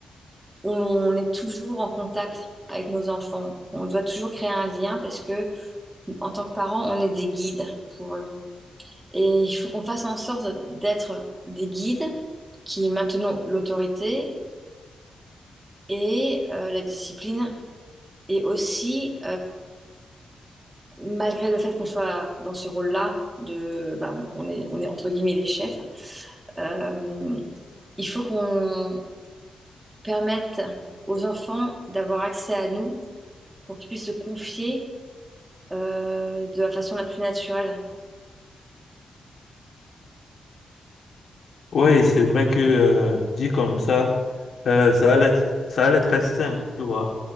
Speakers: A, on the right; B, on the left.
A: on est toujours en contact avec nos enfants. On doit toujours créer un lien parce que, en tant que parents, on est des guides pour eux. Et il faut qu'on fasse en sorte d'être des guides qui maintenons l'autorité et euh, la discipline et aussi malgré le fait qu'on soit dans ce rôle-là, de, bah, on est, on est entre guillemets des chefs, euh, il faut qu'on permette aux enfants d'avoir accès à nous pour qu'ils puissent se confier euh, de la façon la plus naturelle.
B: Oui, c'est vrai que euh, dit comme ça, euh, ça allait, ça allait très simple, tu vois.